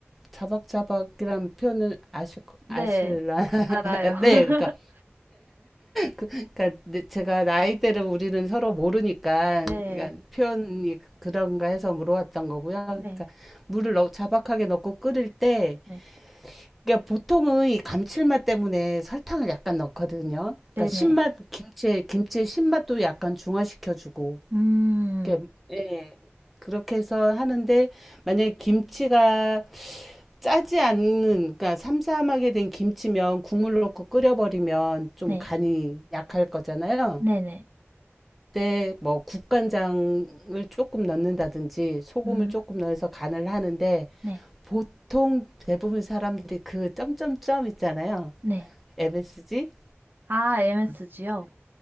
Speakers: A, in the centre; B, on the right.
A: 자박자박이라는 표현을 아실
B: 네,
A: 아실라 <laughs>
B: 알아요. <laughs>
A: 네 그러니까 그, 그러니까 네, 제가 나이대를 우리는 서로 모르니까
B: 네,
A: 그러니까 표현이 그런가 해서 물어봤던 거고요. 그러니까
B: 네,
A: 물을 넣, 자박하게 넣고 끓일 때
B: 네,
A: 그러니까 보통은 이 감칠맛 때문에 설탕을 약간 넣거든요.
B: 네네.
A: 그러니까 신맛 김치의 김치의 신맛도 약간 중화시켜주고
B: 음,
A: 이렇게 예 그렇게 해서 하는데 만약에 김치가 짜지 않는, 그러니까 삼삼하게 된 김치면 국물 넣고 끓여버리면 좀
B: 네,
A: 간이 약할 거잖아요.
B: 네네.
A: 그때 뭐 국간장을 조금 넣는다든지 소금을
B: 음,
A: 조금 넣어서 간을 하는데
B: 네,
A: 보통 대부분 사람들이 그 점점점 있잖아요.
B: 네.
A: MSG?
B: 아, MSG요?